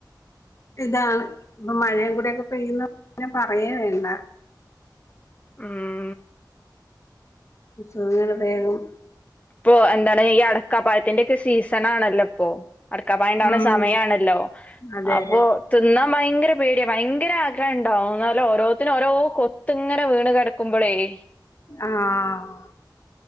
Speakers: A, on the left; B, on the left.
A: ഇതാണ് ഇപ്പോ മഴെകൂടെക്കെ പെയ്യുന്നൊണ്ട് പറയേ വേണ്ട
B: ഉം
A: സുഖ <unintelligible> വേഗം
B: ഇപ്പൊ എന്താണ് ഈ അടക്കാപ്പഴത്തിന്റക്കെ സീസണാണല്ലൊ ഇപ്പൊ അടക്കപ്പഴം ഇണ്ടവണ
A: ഉം
B: സമയാണല്ലൊ
A: അതെ
B: അപ്പൊ
A: അതെ
B: തിന്ന- ഭയങ്കര പേടിയ ഭയങ്കര ആഗ്രഹണ്ടാവും എന്നാലും ഓരോത്തിന് ഓരോ കൊത്ത് ഇങ്ങനെ വീണ് കെടക്കുമ്പളേയ്
A: ആഹ്